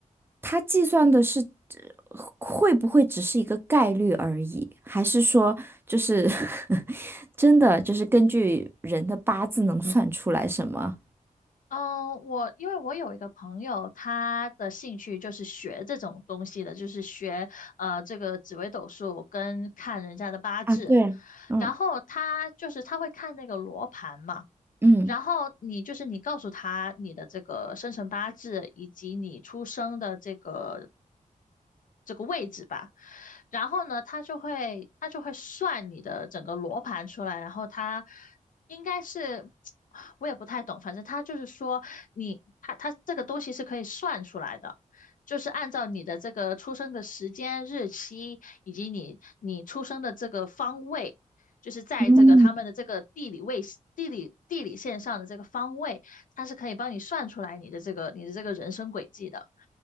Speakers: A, on the right (about 15°); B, on the left (about 70°).
A: 他计算的是呃会不会只是一个概率而已，还是说就是 <laughs> 真的就是根据人的八字能算出来什么？
B: 嗯，我因为我有一个朋友，他的兴趣就是学这种东西的，就是学呃这个紫微斗数跟看人家的八字，
A: 啊，对，嗯
B: 然后他就是他会看那个罗盘嘛。
A: 嗯
B: 然后你就是你告诉他你的这个生辰八字以及你出生的这个这个位置吧，然后呢，他就会他就会算你的整个罗盘出来，然后他应该是 <tsk> 我也不太懂，反正他就是说你他他这个东西是可以算出来的。就是按照你的这个出生的时间、日期，以及你你出生的这个方位，就是在这个他们的这个地理位地理地理线上的这个方位，
A: 嗯，
B: 它是可以帮你算出来你的这个你的这个人生轨迹的。